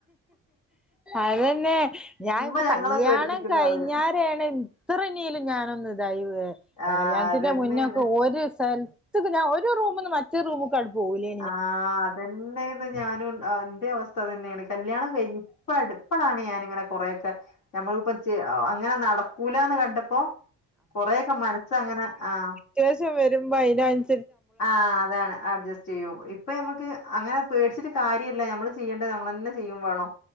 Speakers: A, in the centre; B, on the left.
A: അതന്നെ ഞാനിപ്പ
B: ഉമ്മ ഞങ്ങളെ
A: കല്യാണം
B: പേടിപ്പിക്കുംന്ന്
A: കഴിഞ്ഞാല്
B: പറയും
A: വേണൻ ഇത്ര നലും ഞാനൊന്ന് ഇതൈ വെ
B: ആഹ്
A: കല്യാണത്തിന്റെ
B: അതന്നെയാണ്
A: മുന്നൊക്കെ ഒരു സൽ ത്ത്ന്ന് ഞാൻ ഒരു റൂമിന്നു മറ്റൊ റൂമ് ക്കട് പോവൂലേ
B: ആഹ് അതന്നെന്നു ഞാനും ആഹ് അവസ്ഥ ഇതന്നെയാണ് കല്യാണം കഴിഞ്ഞ് ഇപ്പടു പ്പളാണ് ഞാനിങ്ങനെ കുറെക്കെ ഞമ്മൾപ്പ ച്ച് അങ്ങനെ നടക്കൂലാന്ന് കണ്ടപ്പോ കൊറെക്കെ മനസ്സങ്ങനെ ആഹ്
A: ത്യാവശ്യം വരുമ്പോ അയിനാന്
B: ആഹ് അതാണ് അഡ്ജസ്റ്റ് ചെയ്യും ഇപ്പ നമുക്ക് അങ്ങനെ പേടിച്ചിട്ട് കാര്യല്ല നമ്മള് ചെയ്യേണ്ടത് നമ്മൾ തന്നെ ചെയ്യും വാണം